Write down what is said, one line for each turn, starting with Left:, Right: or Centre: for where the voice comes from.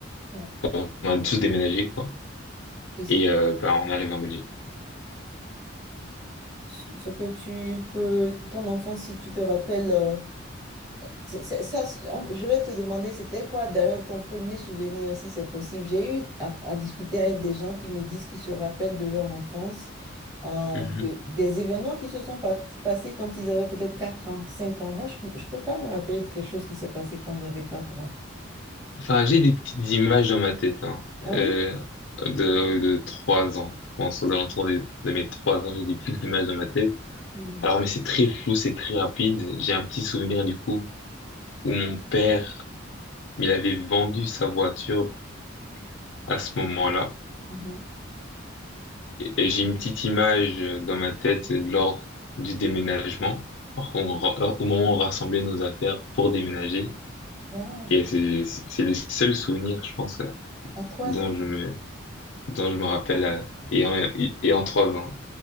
Right: Ouais.
Left: On a tous déménagé, quoi.
Right: Et c'est
Left: Et euh, bah, on arrive en Belgique.
Right: ce que tu peux... Ton enfance, si tu te rappelles, euh, C'est- c'est- Ça, c'est- on- je vais te demander, c'était quoi d'ailleurs ton premier souvenir, si c'est possible. J'ai eu à, à discuter avec des gens qui me disent qu'ils se rappellent de leur enfance, euh,
Left: Mhm.
Right: de- des événements qui se sont pas- passés quand ils avaient peut-être 4 ans, 5 ans. Moi, je ne peux pas me rappeler de quelque chose qui s'est passé quand j'avais 4 ans.
Left: Enfin, j'ai des petites images dans ma tête, hein,
Right: Ah
Left: euh,
Right: oui?
Left: de, de trois ans. Je pense aux alentours de, de mes trois ans, j'ai des petites images dans ma tête.
Right: Mhm.
Left: Alors, mais c'est très flou, c'est très rapide. J'ai un petit souvenir du coup où mon père, il avait vendu sa voiture à ce moment-là.
Right: Mhm.
Left: Et, et j'ai une petite image euh, dans ma tête euh, lors du déménagement, on ra- au moment où on rassemblait nos affaires pour déménager.
Right: Waouh!
Left: Et c'est c'est c'est le seul souvenir, je pense, euh,
Right: À 3
Left: dont
Right: ans?
Left: je me, dont je me rappelle, euh, et en, et et en trois ans.